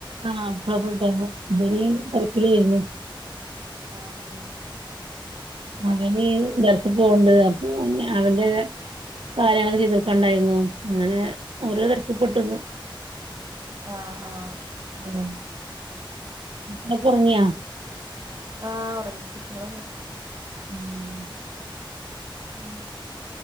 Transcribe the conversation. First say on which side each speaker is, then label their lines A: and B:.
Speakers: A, on the right; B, on the right.
A: ആ അപ ഇ തിരക്കില ആായിരുന്നു
B: ആഹ്
A: അവന്
B: കുട്ടി
A: ദരസപ്പുണ്ട് അപ്പൊ അവന്റെ കാര്യങ്ങളതൊക്കെ എതിർക്കണ്ടായിരുന്നു അങ്ങനെ ഓരോ തിരക്കി പൊട്ടുന്ന്
B: ആ ആ
A: ആ മക്കൾ ഉറങ്ങിയാ
B: ആ ഉറങ്ങി കുട്ടികൾ ഉറങ്ങി
A: ഉം
B: ഉം